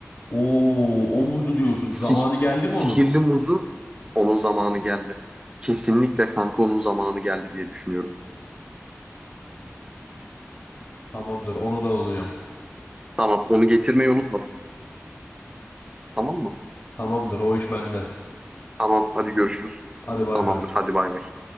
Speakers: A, on the left; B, on the right.
A: Oo, o muzu diyorsun.
B: Si
A: Zamanı geldi
B: sihirli
A: mi onun?
B: muzu onun zamanı geldi. Kesinlikle kanka onun zamanı geldi diye düşünüyorum.
A: Tamamdır. Onu da alacağım.
B: Tamam onu getirmeyi unutma tamam mı?
A: Tamamdır. O iş bende.
B: Tamam hadi görüşürüz.
A: Hadi bay
B: Tamamdır
A: bay.
B: hadi bay bay.